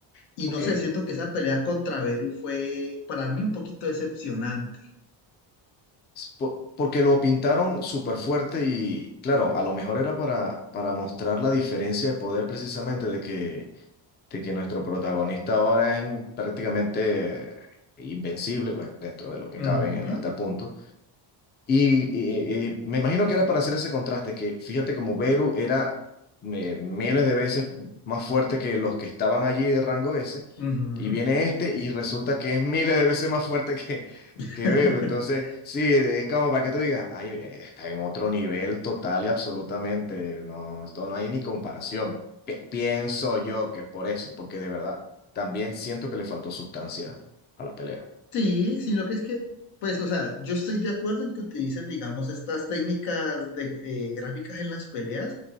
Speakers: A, on the left; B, on the left.
A: y
B: ok.
A: no sé, siento que esa pelea contra Beru fue para mí un poquito decepcionante.
B: S- po- porque lo pintaron súper fuerte y, claro, a lo mejor era para, para mostrar la diferencia de poder precisamente de que de que nuestro protagonista ahora es prácticamente invencible, bueno, dentro de lo que
A: Ujú,
B: cabe en el- hasta el punto. Y, eh, eh, me imagino que era para hacer ese contraste, que fíjate como Beru era me- miles de veces más fuerte que los que estaban allí de rango S,
A: ujú.
B: y viene este y resulta que es miles de veces más fuerte <laughs> que,
A: <laughs>
B: que Beru. Entonces, sí, es como para que tú digas, ay, eh, está en otro nivel total y absolutamente, no, esto no hay ni comparación. Pi- pienso yo que es por eso, porque de verdad también siento que le faltó sustancia a la pelea.
A: Sí, sino que es que, pues, o sea, yo estoy de acuerdo en que utilicen, digamos, estas técnicas de, eh, gráficas en las peleas